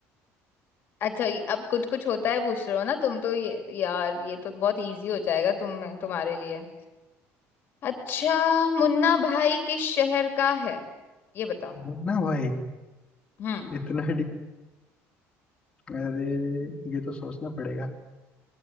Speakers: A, on the left; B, on the left.
A: अच्छा ये- अब कुछ कुछ होता है पूछ रहे हो ना तुम तो ये यार ये तो बहुत इजी हो जाएगा तुम तुम्हारे लिए अच्छा मुन्ना भाई किस शहर का है ये बताओ
B: था ना भाई
A: हम्म
B: इतना अरे ये तो सोचना पड़ेगा